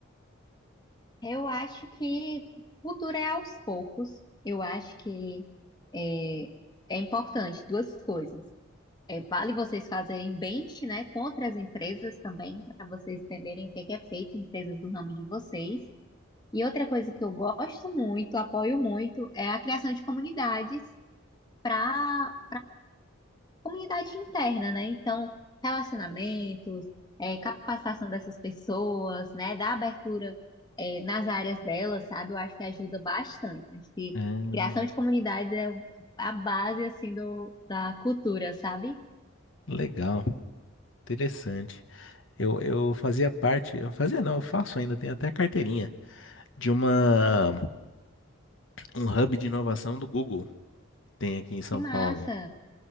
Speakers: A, on the left; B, on the left.
A: Eu acho que cultura é aos poucos. Eu acho que é, é importante duas coisas. É, vale vocês fazerem bench, né, contra as empresas também, para vocês entenderem o que que é feito em empresas do ramo de vocês. E outra coisa que eu gosto muito, apoio muito, é a criação de comunidades para comunidade interna, né? Então, relacionamentos, é, capacitação dessas pessoas, né? Da abertura, é, nas áreas delas, sabe? Eu acho que ajuda bastante. Acho que
B: Hum,
A: criação de comunidades é a base, assim, do, da cultura, sabe?
B: legal, interessante. Eu, eu fazia parte, eu fazia não, eu faço ainda, tenho até carteirinha, de uma um hub de inovação do Google que tem aqui em São
A: Que massa!
B: Paulo.